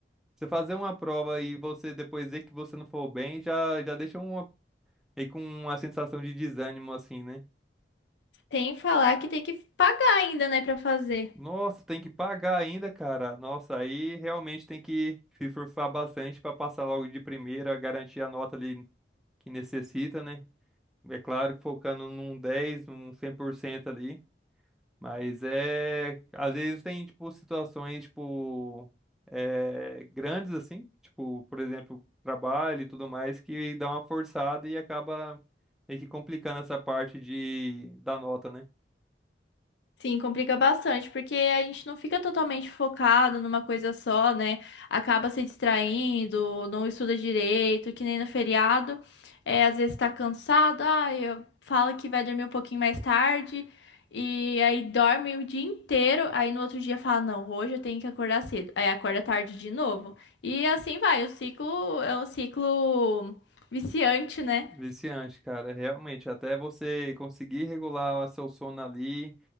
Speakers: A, in the centre; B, on the left.
A: você fazer uma prova e você depois ver que você não for bem, já, já deixa uma, meio com uma sensação de desânimo, assim, né?
B: Sem falar que tem que pagar ainda, né, pra fazer.
A: Nossa, tem que pagar ainda, cara. Nossa, aí realmente tem que se surfar bastante para passar logo de primeira, garantir a nota ali que necessita, né? É claro que focando num 10, num 100% ali. Mas é. Às vezes tem, tipo, situações, tipo. é, grandes, assim. Tipo, por exemplo, trabalho e tudo mais, que dá uma forçada e acaba meio que complicando essa parte de, da nota, né?
B: Sim, complica bastante, porque a gente não fica totalmente focado numa coisa só, né? Acaba se distraindo, não estuda direito, que nem no feriado. É, às vezes tá cansado, ah, eu fala que vai dormir um pouquinho mais tarde, e aí dorme o dia inteiro, aí no outro dia fala, não, hoje eu tenho que acordar cedo. Aí acorda tarde de novo. E assim vai, o ciclo é um ciclo viciante, né?
A: Viciante, cara, realmente, até você conseguir regular seu sono ali,